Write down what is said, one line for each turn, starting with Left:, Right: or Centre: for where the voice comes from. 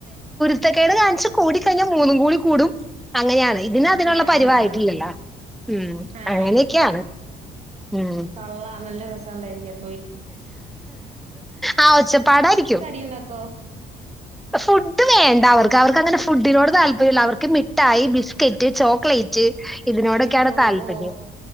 Centre: കുരുത്ത ത്തക്കേട് കാണിച്ച് കൂടിക്കഴിഞ്ഞാൽ മൂന്നും കൂടി കൂടും അങ്ങനെയാണ് ഇതിന് അതിനുള്ള
Right: ആഹ്
Centre: പരിവായിട്ടില്ലല്ലോ
Right: ആഹ്
Centre: ഉം
Right: ആഹ്
Centre: അങ്ങനെയൊക്കെയാണ് ഉം
Right: കൊെള്ള നല്ല രസം ഉണ്ടായിരിക്കും
Centre: ആഹ് ഒച്ചപ്പാടായിരിക്കും
Right: ടീ ണ്ടെക്കോ
Centre: ഫുഡ് വേണ്ട അവർക്ക് അവർക്ക് അങ്ങനെ ഫുഡിനോട് താല്പര്യല്ല അവർക്ക് മിഠായി ബിസ്ക്കറ്റ് ചോ ക്ലേറ്റ് ഇതിനോടൊക്കെയാണ്
Right: ഓ
Centre: താല്പര്യം
Right: ഓ